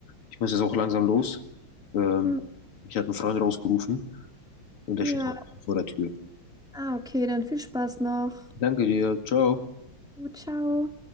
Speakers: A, on the left; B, in the centre.
A: Ich muss jetzt auch langsam los. Ähm,
B: Mhm.
A: mich hat ein Freund rausgerufen und
B: Ja,
A: der steht auch vor der Tür.
B: ah, okay, dann viel Spaß noch.
A: Danke dir, ciao.
B: Ciao.